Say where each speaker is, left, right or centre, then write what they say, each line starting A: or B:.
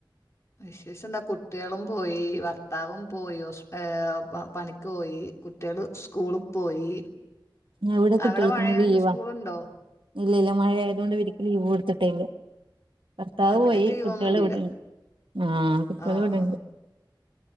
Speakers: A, on the left; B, on the right.
A: വിശേഷം എന്താ കുട്ടികളും പോയി ഭർത്താവും പോയി ഒസ് ഏ പണിക്ക് പോയി കുട്ടികള് സ്കൂളിൽ പോയി
B: ഇവിടെ കുട്ടികൾക്കിന്ന്
A: അവിടെ മഴയായോണ്ട്
B: ലീവാ
A: സ്കൂളുണ്ടോ
B: ഇല്ല ഇല്ല മഴ ആയതുകൊണ്ട് <unintelligible> ക്ക് ലീവ് കൊടുത്തിട്ടേല്ല ഭർത്താവ്
A: ആഹ് ഇവിടെ
B: പോയി
A: ലീവൊന്നും
B: കുട്ടികള്
A: ഇല്ല
B: ഇവിടെണ്ട് ആ കുട്ടികൾ
A: ആഹ്
B: ഇവിടെണ്ട്